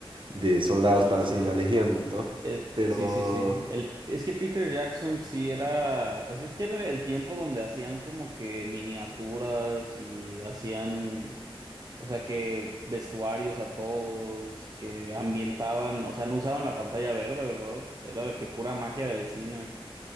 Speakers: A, on the right (about 55°); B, on the right (about 40°).
A: de soldados
B: Ah,
A: para
B: sí.
A: hacer una legión, ¿no?
B: Es,
A: Pero
B: sí, sí, sí. El, es que Peter Jackson sí era. O sea, es que era el tiempo donde hacían como que miniaturas y hacían. O sea, que vestuarios a todos, que ambientaban. O sea, no usaban la pantalla verde, ¿verdad? Era de que pura magia del cine.